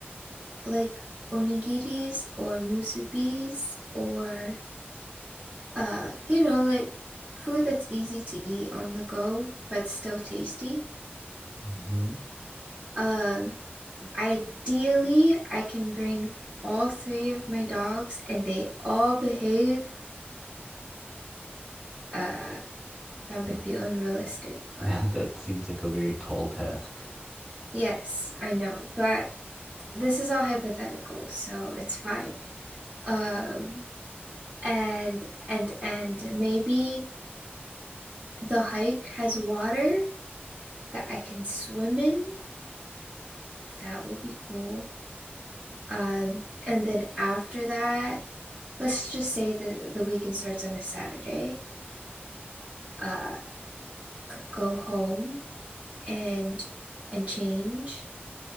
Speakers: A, on the right (about 35°); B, in the centre.
A: like onigiris or musubis or uh, you know, like food that's easy to eat on the go, but still tasty.
B: hmm
A: Um, ideally, I can bring all three of my dogs and they all behave. Uh, that might
B: That
A: be unrealistic,
B: <laughs>
A: but
B: that seems like a very tall task.
A: yes, I know. But this is all hypothetical, so it's fine. Um, and and and maybe the hike has water that I can swim in. That would be cool. Um, and then after that, let's just say that the weekend starts on a Saturday. Uh, could go home and and change